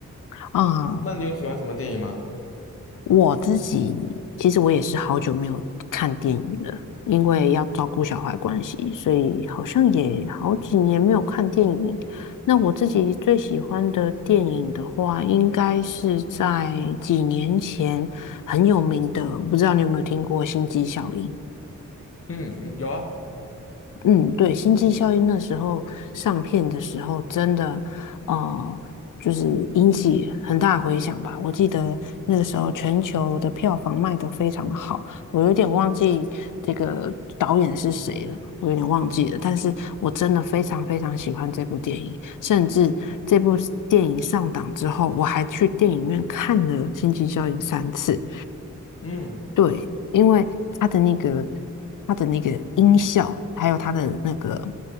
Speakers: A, on the left (about 75°); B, on the left (about 45°).
A: 啊，
B: <laughs> 那你有喜欢什么电影吗？
A: 我自己其实我也是好久没有看电影了，因为要照顾小孩关系，所以好像也好几年没有看电影。那我自己最喜欢的电影的话，应该是在几年前很有名的，我不知道你有没有听过《星际效应》。
B: 嗯嗯，有啊，
A: 嗯，对，《星际效应》那时候上片的时候，真的，呃，就是引起很大回响吧。我记得那个时候全球的票房卖得非常的好，我有点忘记这个导演是谁了，我有点忘记了。但是我真的非常非常喜欢这部电影，甚至这部电影上档之后，我还去电影院看了《星际效应》三次。
B: 嗯
A: 对，因为它的那个它的那个音效，还有它的那个